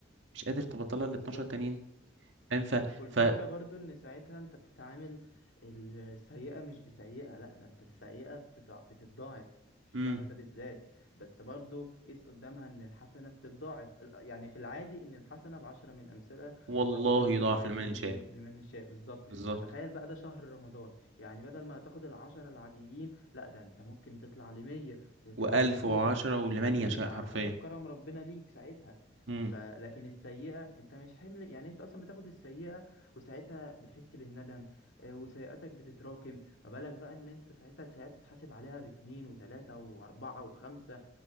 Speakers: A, on the right; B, on the left.
A: مش قادر تبطلها
B: بالظبط
A: ال 12 تانيين فاهم ف
B: والفكرة
A: ف
B: برضو ان ساعتها انت بتتعامل السيئة مش بسيئة لا ده انت السيئة بتضع... بتتضاعف في الشهر
A: مم.
B: ده بالذات بس برضو قيس قدامها ان الحسنة بتتضاعف ال- يعني في العادي ان الحسنة بعشرة من امثلة
A: والله
B: وربنا
A: يضاعف
B: بيضاعف
A: لمن
B: لل-
A: يشاء
B: لمن لمن يشاء بالظبط
A: بالظبط
B: فتخيل بقى ده شهر رمضان يعني بدل ما هتاخد العشرة العاديين لا ده انت ممكن تطلع لمية تطلع
A: وألف
B: لمتين
A: وعشرة ولمن
B: تلتمية
A: يشاء
B: على
A: حرفيا
B: حسب كرم ربنا ليك ساعتها
A: امم
B: فلكن السيئة انت مش حمل يعني انت اصلا بتاخد السيئة وساعتها بتحس بالندم آه، وسيئاتك بتتراكم ما بالك بقى ان انت ساعتها ساعات تتحاسب عليها باتنين وتلاتة واربعة وخمسة